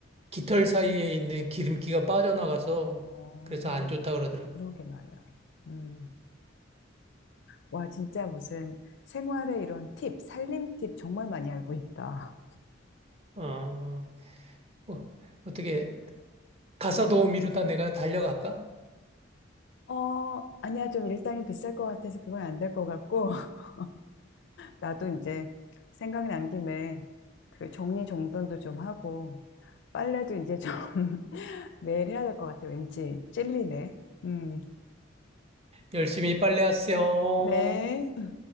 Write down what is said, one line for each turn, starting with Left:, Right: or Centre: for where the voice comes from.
Right: 깃털 사이에 있는 기름기가 빠져나가서
Left: 어,
Right: 그래서 안 좋다 그러더라고.
Left: 그러게 말이야. 음. 와, 진짜 무슨 생활의 이런 팁, 살림 팁 정말 많이 알고 있다.
Right: 어, 어, 어떻게 가사 도우미로다 내가 달려갈까?
Left: 어, 아니야. 좀 일당이 비쌀 것 같아서 그건 안 될 것 같고, <laughs> 나도 이제 생각난 김에 그 정리정돈도 좀 하고, 빨래도 이제 좀 <laughs> 매일 해야 될 것 같아. 왠지 찔리네. 음.
Right: 열심히 빨래하세요.
Left: 네.